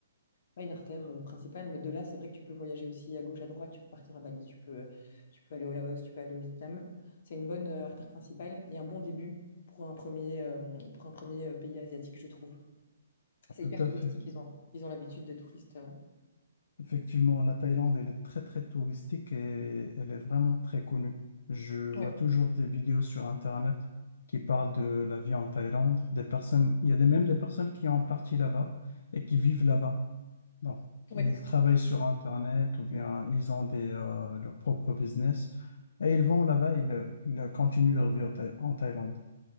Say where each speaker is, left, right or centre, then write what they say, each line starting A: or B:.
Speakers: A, on the left; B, on the left.
A: pas une artère euh, principale, mais de là, c'est vrai que tu peux voyager aussi à gauche, à droite, tu peux partir à Bali, tu peux, tu peux aller au Laos, tu peux aller au Vietnam. C'est une bonne euh, artère principale et un bon début pour un premier, euh, pour un premier euh, pays asiatique, je trouve. C'est
B: Tout
A: hyper
B: à
A: touristique,
B: fait.
A: ils ont, ils ont l'habitude des touristes. euh.
B: Effectivement, la Thaïlande, elle est très très touristique et elle est vraiment très connue. Je vois
A: ouais
B: toujours des vidéos sur Internet qui parlent de la vie en Thaïlande. Des personnes, il y a des- même des personnes qui ont parti là-bas et qui vivent là-bas. Donc,
A: ouais
B: ils travaillent sur Internet ou bien ils ont des, euh, leur propre business et ils vont là-bas, ils, euh, ils continuent leur vie en Thaï- en Thaïlande.